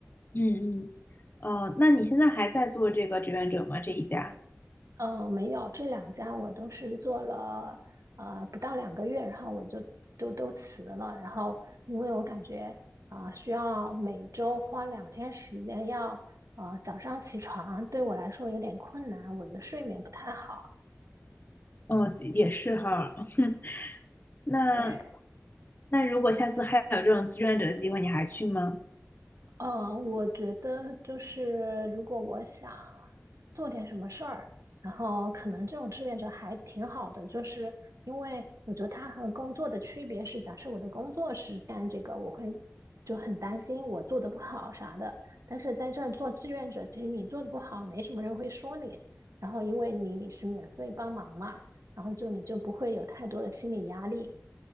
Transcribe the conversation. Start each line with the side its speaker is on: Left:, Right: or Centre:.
Left: 嗯嗯。哦，那你现在还在做这个志愿者吗？这一家？
Right: 嗯、呃没有，这两家我都是做了呃不到两个月，然后我就都都辞了。然后因为我感觉啊、呃需要每周花两天时间要啊早上起床，对我来说有点困难，我的睡眠不太好。
Left: 哦，也是哈。<laughs> 那
Right: 对，
Left: 那如果下次还有这种志愿者的机会，你还去吗？
Right: 嗯，我觉得就是如果我想做点什么事儿，然后可能这种志愿者还挺好的，就是因为我觉得它和工作的区别是，假设我的工作是干这个，我会就很担心我做的不好啥的。但是在这儿做志愿者，其实你做的不好，没什么人会说你，然后因为你是免费帮忙嘛，然后就你就不会有太多的心理压力。